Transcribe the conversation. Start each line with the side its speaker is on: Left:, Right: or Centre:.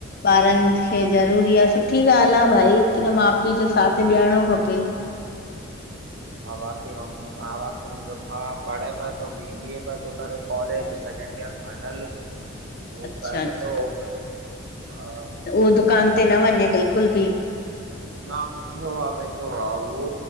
Left: ॿारनि खे ज़रूरी आ, सुठी ॻाल्ह आहे भाई कीअं माउ पीउ जो साथ ॾियणो खपे।
Right: हवा <unintelligible> मुंहिंजो भाउ पढ़े प बी बी ए प थो करे कॉलेज सकेंड ईयर फाईनल, उहो
Left: अच्छा
Right: पढे थो हुन, आ
Left: त उहो दुकान ते न वञे बिलकुल भी
Right: ना वेंदो आ वेंदो आ उहो